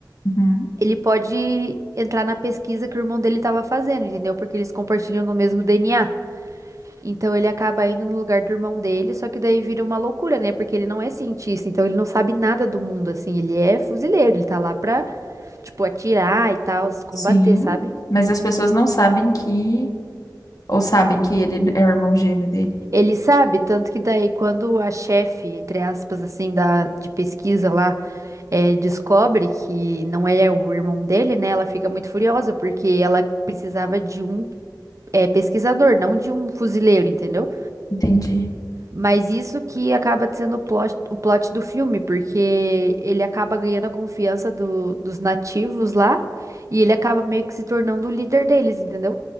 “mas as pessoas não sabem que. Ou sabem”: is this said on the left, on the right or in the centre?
Left